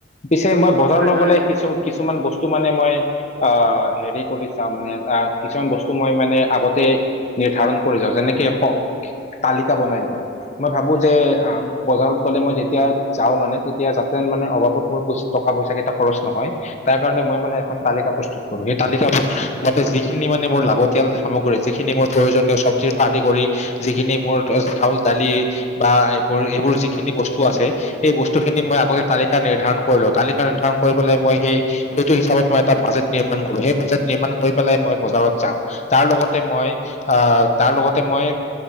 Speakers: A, on the left; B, on the right.
A: পিছে মই বজাৰল
B: হয় হয়
A: গ'লে
B: হয়।
A: কিছু কিছুমান বস্তু মানে মই আহ হেৰি কৰি চাও মানে আহ কিছুমান বস্তু মই মানে আগতে নিৰ্ধাৰণ কৰি যাও যেনেকে হওক তালিকা বনাই লোৱা মই ভাবো যে আ বজাৰত গ'লে মই যেতিয়া যাওঁ মানে তেতিয়া যাতেন মানে অভাৱত মোৰ পইছ টকা পইচা কেইটা খৰচ নহয় তাৰ কাৰণে মই মানে এখন তালিকা প্ৰস্তু কৰো সেই তালিকাবোৰ মতে যিখিনি মানে মোৰ লাগতিয়াল সামগ্ৰী যিখিনি মোৰ প্ৰয়োজনীয় চব্জিৰ পৰা আদি কৰি যিখিনি মোৰ আ চাউল দালি বা এ মোৰ এইবোৰ যিখিনি বস্তু আছে এই বস্তুখিনি মই আগতে তালিকা নিৰ্ধাৰণ কৰিলো তালিকা নিৰ্ধাৰণ কৰিবলে মই সেই সেইটো হিচাপত মই এটা বাজেট নিৰ্মাণ কৰো সেই বাজেট নিৰ্মাণ কৰি পেলাই মই বজাৰত যাওঁ তাৰ লগতে মই আহ তাৰ লগতে মই